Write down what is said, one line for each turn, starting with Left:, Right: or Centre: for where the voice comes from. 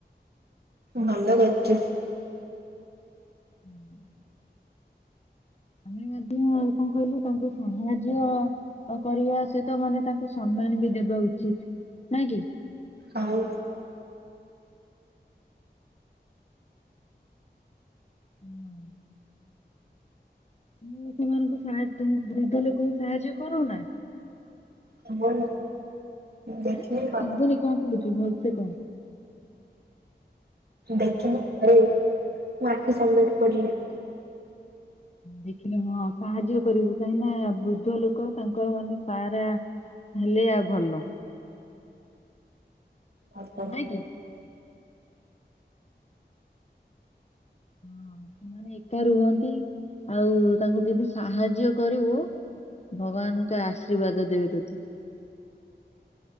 Right: ଭଲ କରଚୁ।
Left: ହୁଁ। ଆମେ ଧ୍ୟ ଆଉ କଣ କହିଲୁ ତାଙ୍କୁ ସାହାଯ୍ୟ କରିବା ସହିତ ମାନେ ତାଙ୍କୁ ସମ୍ମାନ ବି ଦେବେ ବା ଉଚିତ ନାଇଁ କି?
Right: ଆଉ
Left: ହୁଁ। ମୁଁ ସେମାନଙ୍କୁ ସାହା ତମେ ବୃଦ୍ଧ ଲୋକଙ୍କୁ ସାହାଯ୍ୟ କରୁନା?
Right: ଆମର ଦେଖିଲି
Left: ହଁ
Right: ପରେ
Left: ଶୁଭୁନି କଣ କହୁଛୁ ଭଲସେ କହ।
Right: ଦେଖିିଲା ପରେ ମୋ ଆଖି ସାମ୍ନାରେ ପଡ଼ିଲା।
Left: ଦେଖିଲେ ହଁ ସାହାଯ୍ୟ କରିବୁ କାହିଁକି ନା ବୃଦ୍ଧ ଲୋକ ତାଙ୍କର ମାନେ ସାହାରା- ହେଲେ ଆ ଭଲ।
Right: ଆ <unintelligible>
Left: ନାଇଁ କି? ହଁ ସେମାନେ ଏକା ରୁହନ୍ତି। ଆଉ ତାଙ୍କୁ ଯଦି ସାହାଯ୍ୟ କରିବୁ ଭଗବାନଙ୍କ ଆଶୀର୍ବାଦ ଦେବେ ତୋତେ।